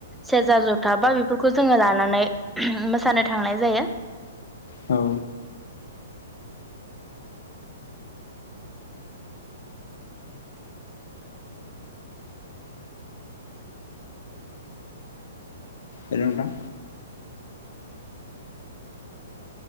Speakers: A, in the centre; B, on the left.
A: सेरजा जथा बा बेफोरखौ जोङो लानानै मोसानो थांनाय जायो।
B: औ। हेलौ नोंथां।